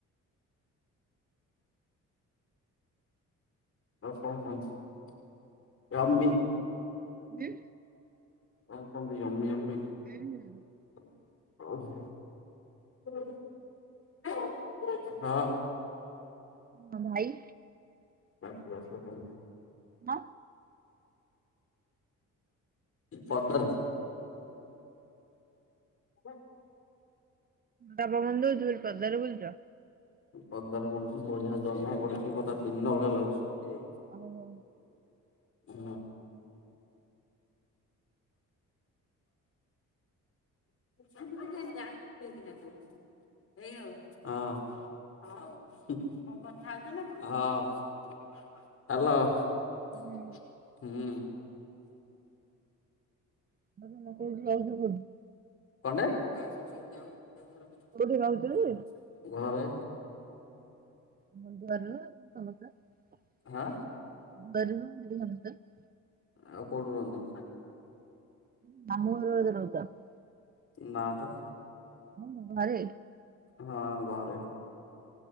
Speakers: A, on the left; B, on the right.
A: ଆଉ କଣ କୁହନ୍ତି ୟାମି।
B: ଉନ୍
A: କଣ କୁହନ୍ତି ୟାମି ୟାମି।
B: ହୁଁ ହୁଁ
A: <inaudible>
B: ମୋ ଭାଇ
A: <unintelligible>
B: ହ
A: ଫଦର ହଁ
B: ପବନ ଦଉଚି ବୋଲି ପଦାରେ ବୁଲୁଚ?
A: ପଦାରେ ବୁଲୁଚୁ ବଢିଆ ଜହ୍ନ ପଡୁଛି ଦିନ ଭଳିଆ ଲାଗୁଛି।
B: ଓହୋ
A: ହୁଁ <unintelligible> ହଁ <unintelligible> ହ୍ୟାଲୋ।
B: ହୁଁ
A: ହୁଁ
B: <unintelligible>
A: କନ୍ତା ଘରେ
B: କୋଉଠି ରହୁଚ କି? <unintelligible>
A: ହଁ
B: <unintelligible>
A: ଆଉ କୋଉଠି ରୁହନ୍ତୁ।
B: <unintelligible>
A: ନା ତ
B: ହଁ ଘରେ
A: ହଁ ଘରେ